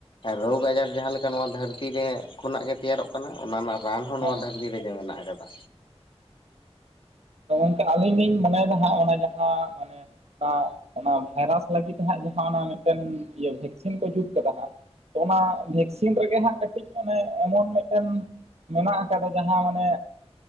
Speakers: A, on the left (about 50°); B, on the right (about 75°).
A: ᱨᱳᱜᱽ ᱟᱡᱟᱨ ᱡᱟᱦᱟᱸᱞᱮᱠᱟ ᱱᱚᱣᱟ ᱫᱷᱟᱹᱨᱛᱤ ᱨᱮ ᱠᱷᱚᱱᱟᱜ ᱜᱮ ᱛᱮᱭᱟᱨᱚᱜ ᱠᱟᱱᱟ ᱚᱱᱟ ᱨᱮᱱᱟᱜ ᱨᱟᱱ ᱦᱚᱸ ᱱᱚᱣᱟ
B: ᱦᱮᱸ
A: ᱫᱷᱟᱹᱨᱛᱤ ᱨᱮᱜᱮ ᱢᱮᱱᱟᱜ ᱟᱠᱟᱫᱟ᱾
B: ᱜᱚᱝᱠᱮ ᱟᱹᱞᱤᱧ ᱞᱤᱧ ᱢᱚᱱᱮᱭᱮᱫᱟ ᱦᱟᱸᱜ ᱚᱱᱟ ᱡᱟᱦᱟᱸ ᱢᱟᱱᱮ ᱚᱱᱟ ᱚᱱᱟ ᱵᱷᱟᱭᱨᱟᱥ ᱞᱟᱹᱜᱤᱫ ᱦᱟᱸᱜ ᱡᱟᱦᱟᱸᱚᱱᱟ ᱢᱤᱫᱴᱮᱱ ᱵᱷᱮᱠᱥᱤᱱ ᱠᱚ ᱡᱩᱛ ᱠᱟᱫᱟ ᱦᱟᱸᱜ ᱚᱱᱟ ᱵᱷᱮᱠᱥᱤᱱ ᱨᱮᱜᱮ ᱦᱟᱸᱜ ᱠᱟᱹᱴᱤᱡ ᱢᱟᱱᱮ ᱮᱢᱚᱱ ᱢᱤᱫᱴᱮᱱ ᱢᱮᱱᱟᱜ ᱟᱠᱟᱫᱟ ᱡᱟᱦᱟᱸ ᱢᱟᱱᱮ